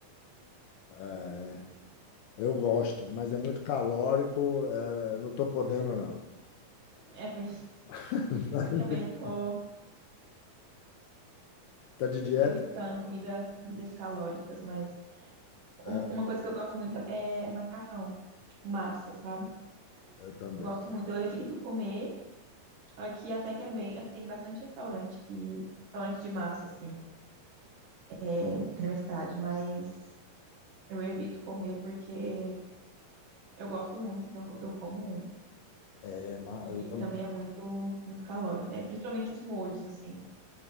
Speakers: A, on the left; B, on the right.
A: É, eu gosto, mas é muito calórico, é, não estou podendo, não.
B: É mesmo.
A: <laughs>
B: Eu também tô
A: Tá de dieta?
B: evitando comida, comidas calóricas, mas
A: É,
B: uma uma coisa que eu gosto muito é macarrão, tipo massa, sabe?
A: eu também.
B: Eu gosto muito. Eu evito comer aqui até que é bem, aqui tem bastante restaurante que restaurante de massa assim, é, aqui na minha cidade, mas Eu evito comer porque eu gosto muito, então eu como muito.
A: É, ma-
B: E
A: eu também.
B: também é muito, muito calórico, né? Principalmente os molhos, assim.